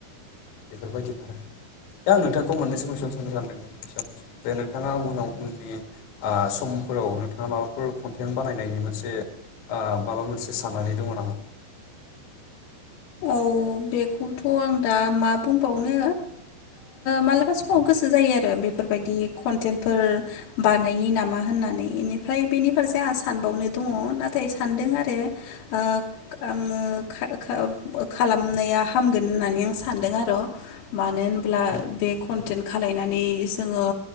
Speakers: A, on the left; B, on the left.
A: बेफोरबायदिनो आरो दा आं नोंथांखौ मोननैसो कुइसन सोंनो सानदों कुइसन जे नोंथाङा उनाव उननि आ समफोराव नोंथाङा माबाफोर कनटेन बानायनायनि मोनसे ओ माबा मोनसे साननानै दङ नामा
B: औ बेखौथ' आं दा मा बुंबावनो मालाबा समाव गोसो जायो आरो बेफोरबायदि कनटेनफोर बानायो नामा होननानै बेनिफ्राय बेनि फारसे आंहा सानबावनो दङ नाथाय सानदों आरो ओ आङो खालामनाया हामगोन होननानै आं सानदों आर मानो होनब्ला
A: औ
B: बे कनटेन खालायनानै जोङो